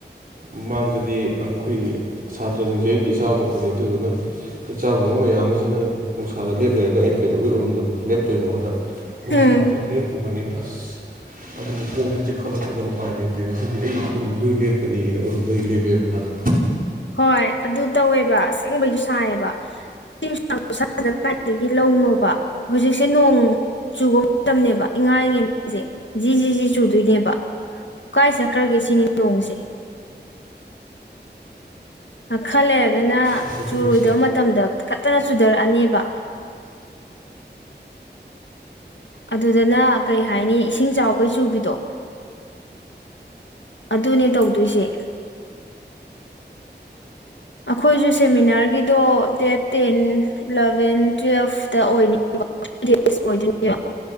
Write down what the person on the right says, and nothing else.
ꯃꯃꯥꯡꯗꯗꯤ ꯑꯩꯈꯣꯏꯒꯤ ꯁꯥꯇ꯭ꯔꯁꯤꯡꯁꯦ ꯑꯩꯒꯤ ꯏꯆꯥꯒꯨꯝꯕꯅꯤ ꯑꯗꯨꯗꯨꯅ ꯏꯆꯥꯒꯨꯝꯕ ꯃꯌꯥꯝ ꯑꯁꯤꯅ ꯅꯨꯡꯁꯥꯗ ꯂꯦꯞ ꯂꯩꯔꯒ ꯑꯩꯅ ꯀꯩꯗꯧꯕꯩ ꯎꯔꯝꯗꯕ ꯂꯦꯞꯇꯣꯏꯅꯣꯅ ꯅꯨꯡꯁꯥꯗ
ꯂꯦꯞꯄꯨꯕꯅꯤ ꯑꯁ ꯑꯗꯨ ꯀꯣꯛꯁꯦ ꯆꯦꯈꯠꯂꯛꯇꯅ ꯎꯄꯥꯏ ꯂꯩꯇꯦ ꯉꯁꯤꯗꯤ ꯑꯩ ꯎꯔꯨꯝꯗꯣꯏ ꯂꯦꯞꯄꯅꯤꯅ ꯎꯔꯨꯝꯗꯣꯏ ꯂꯦꯞꯄꯦꯕ ꯃꯥꯗꯣ꯫
ꯉꯁꯥꯏ
ꯇꯧꯔꯤꯁꯦ